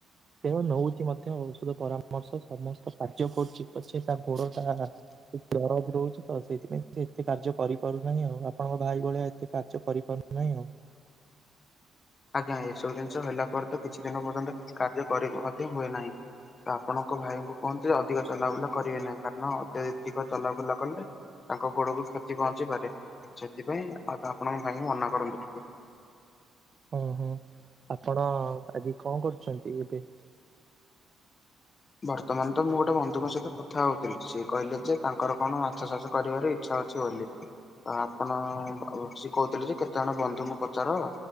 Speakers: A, on the right (about 40°); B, on the left (about 35°).
A: ସେ ନଉଛି ମଧ୍ୟ ଔଷଧ ପରାମର୍ଶ ସମସ୍ତ କାର୍ଯ୍ୟ କରୁଛି ପଛେ ତା ଗୋଡ ଟା ଦରଜ ରହୁଛି ତ ସେଇଥିପାଇଁ ସେ ଏତେ କାର୍ଯ୍ୟ କରିପାରୁନାହିଁ ଆଉ ଆପଣଙ୍କ ଭାଇ ଭଳିଆ ଏତେ କାର୍ଯ୍ୟ କରିପାରୁ ନାଇ ହଉ।
B: ଆଜ୍ଞା ଏସବୁ ଜିନିଷ ହେଲା ପରେ ତ କିଛି ଦିନ ପର୍ଯ୍ୟନ୍ତ କିଛି କାର୍ଯ୍ୟ କରି ମଧ୍ୟ ହୁଏ ନାହିଁ। ତ ଆପଣଙ୍କ ଭାଇଙ୍କୁ କୁହନ୍ତିୁ ଯେ ଅଧିକ ଚଲାବୁଲା କରିବେ ନାହିଁ କାରଣ ଅତ୍ୟଧିକ ଚଲାବୁଲା କଲେ ତାଙ୍କ ଗୋଡକୁ କ୍ଷତି ପହଞ୍ଚି ପାରେ ସେଥିପାଇଁ ଆଉ ଆପଣଙ୍କ ଭାଇ ମନା କରନ୍ତୁ ଟିକେ।
A: ହଁ ହଁ ଆପଣ ଆଜି କଣ କରୁଛନ୍ତି ଏବେ?
B: ବର୍ତମାନ ତ ମୁଁ ଗୋଟେ ବନ୍ଧୁଙ୍କ ସହିତ କଥା ହଉଥିଲି ସିଏ କହିଲେ ଯେ ତାଙ୍କର କଣ ମାଛ ଚାଷ କରିବାର ଇଚ୍ଛା। ହଉଚି ବୋଲି ଆପଣ ସେ କହୁଥିଲେ ଯେ କେତେ ଜଣ ବନ୍ଧୁଙ୍କୁ ପଚାର